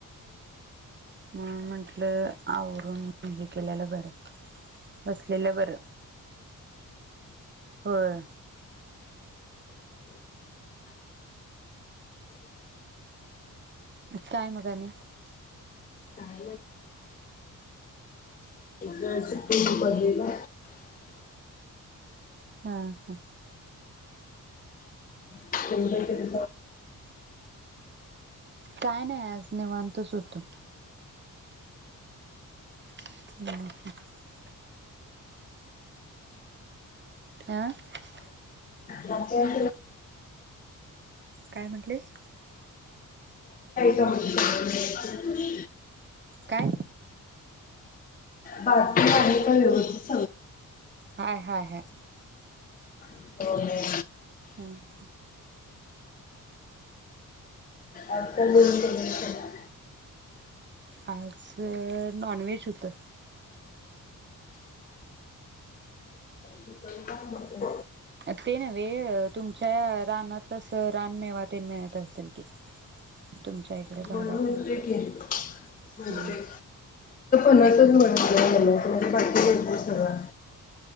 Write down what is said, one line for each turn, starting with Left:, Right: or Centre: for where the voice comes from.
Right: मग म्हटलं आवरून हे केलेलं बरं, बसलेलं बरं. होय. काय मग आणि.
Left: काय नाही सुट्टी होती कॉलेजला
Right: हा हा.
Left: त्यांनी काय केलं
Right: काय नाही आज निव्हातचं होतो. <unintelligible> <unintelligible>
Left: बाकी आहे
Right: काय म्हटलीस.
Left: का म्हणजे
Right: काय.
Left: बाकी आहे का व्यवस्थित
Right: हाय हाय हाय.
Left: सगळं
Right: हम्म.
Left: आजकाल नवीन पदार्थ
Right: आज नॉनव्हेज होतं.
Left: चिकन का मटन
Right: ते नवे तुमच्या रानातच रानमेवा ते मेळत असतील कि तुमच्या इकडे
Left: होय
Right: भागात
Left: मिळतोय की मिळतोय
Right: ह
Left: <unintelligible> बाकी मिळतोय सगळा